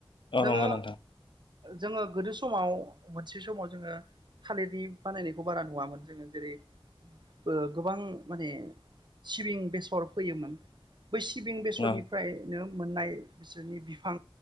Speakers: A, on the left (about 70°); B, on the right (about 60°).
A: औ
B: जोंङो
A: नंगौ नोंथां
B: जोङो गोदो समाव मोनसे समाव जोंङो थालिरनि बानायनायखौ बारा नुवामोन जोंङो जेरै ओ गोबां माने सिबिं बेसर फैयोमोन बै सिबिं बेसरनिफ्रायनो
A: औ
B: मोननाय बिसोरनि बिफां